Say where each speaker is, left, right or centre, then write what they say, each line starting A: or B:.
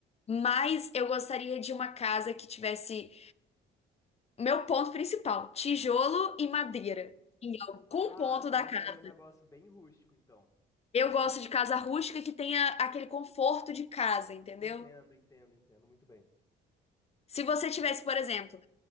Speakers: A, on the left; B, on the left.
A: Mas eu gostaria de uma casa que tivesse. Meu ponto principal: tijolo e madeira. Em algum
B: Ah,
A: ponto
B: você
A: da
B: gostaria
A: casa.
B: de um negócio bem rústico, então.
A: Eu gosto de casa rústica que tenha aquele conforto de casa, entendeu?
B: Entendo, entendo, entendo, muito bem.
A: Se você tivesse, por exemplo,